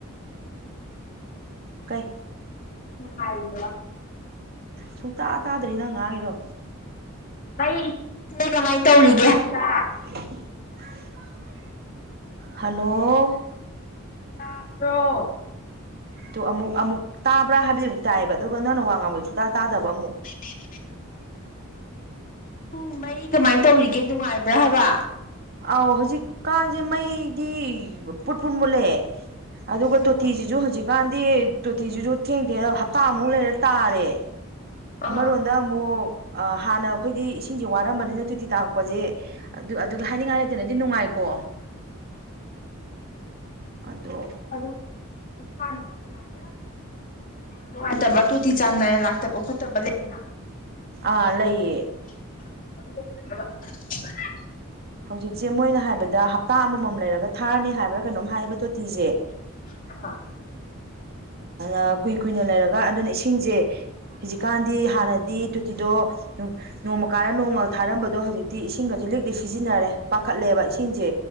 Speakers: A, on the right (about 45°); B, on the left (about 40°).
A: ꯀꯩ
B: ꯅꯨꯡꯉꯥꯏꯔꯤꯕꯔ‌ꯣ
A: ꯁꯨꯡꯇꯥ ꯇꯥꯗ꯭ꯔ‌ꯦ ꯅꯪ ꯉꯥꯡꯉꯤꯗ‌ꯣ
B: ꯑꯩ ꯏꯆ‌ꯦ ꯀꯃꯥꯏ ꯇꯧꯔꯤꯒꯦ ꯍꯥꯏꯕ
A: <unintelligible> ꯍꯜꯂꯣ
B: ꯇꯥꯕ꯭ꯔꯣ
A: ꯇꯣ ꯑꯃꯨꯛ ꯑꯃꯨꯛ ꯇꯥꯕ꯭ꯔꯥ ꯍꯥꯏꯕꯗꯤ ꯑꯃꯨꯛ ꯇꯥꯏꯑꯦꯕ ꯑꯗꯨꯒ ꯅꯪꯅ ꯋꯥ ꯉꯥꯡꯕꯗꯤ ꯁꯨꯡꯇꯥ ꯇꯥꯗꯕ ꯑꯃꯨꯛ
B: <unintelligible> ꯎꯝ ꯃꯩ ꯀꯃꯥꯏ ꯇꯧꯔꯤꯒꯦ ꯅꯨꯡꯉꯥꯏꯕ꯭ꯔꯥ ꯍꯥꯏꯕ
A: ꯑꯥꯎ ꯍꯧꯖꯤꯛꯀꯥꯟꯁꯦ ꯃꯩꯗꯤ ꯄꯨꯠ ꯄꯨꯠ ꯃꯨꯜꯂꯦ ꯑꯗꯨꯒ
B: ꯑꯣ
A: ꯇꯣꯇꯤꯖꯤꯖꯨ ꯍꯧꯖꯤꯛꯀꯥꯟꯗꯤ ꯇꯣꯇꯤꯖꯤꯖꯨ ꯊꯦꯡꯊꯦꯡꯅ ꯍꯞꯇꯥ ꯑꯃꯨꯛ ꯂꯩꯔ ꯇꯥꯔꯦ ꯑꯃꯔꯣꯝꯗ
B: ꯑꯥ
A: ꯑꯃꯨꯛ ꯑꯥ ꯍꯥꯟꯅ ꯑꯩꯈꯣꯏꯗꯤ ꯏꯁꯤꯡꯁꯦ ꯋꯥꯔꯝꯕꯅꯤꯅ ꯇꯨꯇꯤ ꯇꯥꯔꯛꯄꯁꯦ ꯑꯗꯨ ꯑꯗꯨꯒ ꯍꯥꯏꯅꯤꯡꯉꯥꯏ ꯂꯩꯇꯅꯗꯤ ꯅꯨꯡꯉꯥꯏꯀꯣ ꯑꯗꯣ
B: <unintelligible> ꯅꯨꯡꯉꯥꯏꯇꯕ ꯇꯣꯇꯤ ꯆꯥꯡ ꯅꯥꯏꯅ ꯂꯥꯛꯇꯕ ꯈꯣꯠꯇꯕ ꯂꯩꯗꯅ
A: ꯑꯥ ꯂꯩꯌꯦ
B: <unintelligible>
A: ꯍꯧꯖꯤꯛꯁ‌ꯦ ꯃꯣꯏꯅ ꯍꯥꯏꯕꯗ ꯍꯞꯇꯥ ꯑꯃꯃꯝ ꯂꯩꯔꯒ ꯊꯥꯔꯅꯤ ꯍꯥꯏꯕ꯭ꯔꯥ ꯀꯩꯅꯣꯝ ꯍꯥꯏꯌꯦꯕ ꯇꯣꯇꯤꯖꯦ
B: <unintelligible>
A: ꯑ ꯀꯨꯏ ꯀꯨꯏꯅ ꯂꯩꯔꯒ ꯑꯗꯨꯅ ꯏꯁꯤꯡꯁꯦ ꯍꯧꯖꯤꯛꯀꯥꯟꯗꯤ ꯍꯥꯟꯅꯗꯤ ꯇꯨꯇꯤꯗꯣ‌ ꯑꯗꯨꯝ ꯅꯣꯡꯃ ꯀꯥꯜꯂ ꯅꯣꯡꯃ ꯊꯥꯔꯝꯕꯗꯣ ꯍꯧꯖꯤꯛꯇꯤ ꯏꯁꯤꯡꯒꯁ‌ꯦ ꯂꯤꯛꯂꯤꯛ ꯁꯤꯖꯤꯟꯅꯔꯦ ꯄꯥꯈꯠꯂꯦꯕ ꯏꯁꯤꯡꯁꯦ